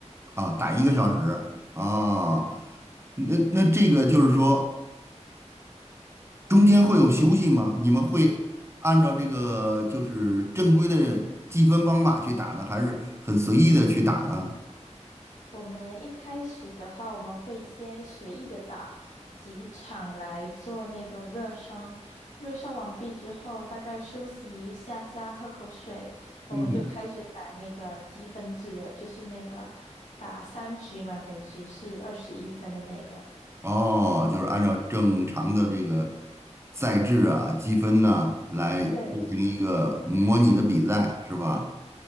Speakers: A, on the right (about 20°); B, on the left (about 90°).
A: 啊，打一个小时啊。那那这个就是说。中间会有休息吗？你们会按照这个就是正规的计分方法去打呢，还是很随意的去打呢？
B: 我们一开始的话，我们会先随意的打几场来做那个热身，热身完毕之后，大概休息一下下，喝口水，我们就开始打那个积分制的，
A: 嗯，
B: 就是那个打三局嘛，每局是二十一分的那个。
A: 哦，就是按照正常的这个赛制啊、积分呢来进行一个模拟的比赛，
B: 对，
A: 是吧？